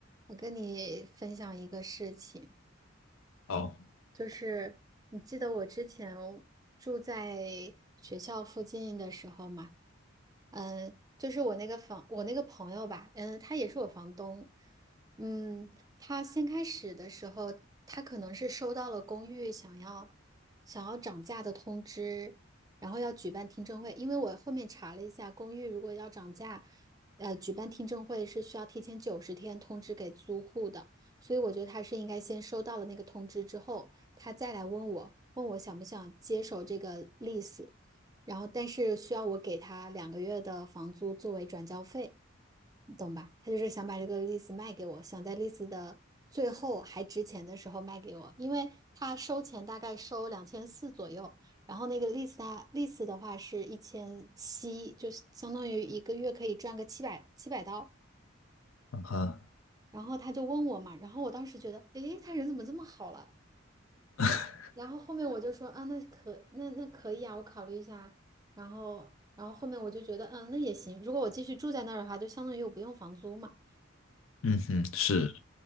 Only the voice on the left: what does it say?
哦，
啊，
<laughs>
嗯哼，是